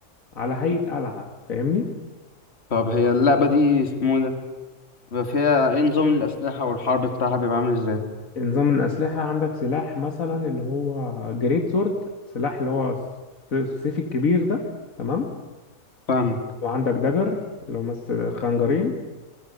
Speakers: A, on the left; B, on the left.
A: على هيئة قلعة فاهمني
B: طب هي اللعبة دي اسمه إيه ده بيبقى فيها ايه نظام الأسلحة والحرب بتاعها بيبقى عامل ازاي
A: نظام الأسلحة عندك سلاح مثلا اللي هو جريت سورد سلاح اللي هو الس- السيف الكبير ده تمام
B: فاهمك
A: وعندك دجر اللي هم الس- خنجرين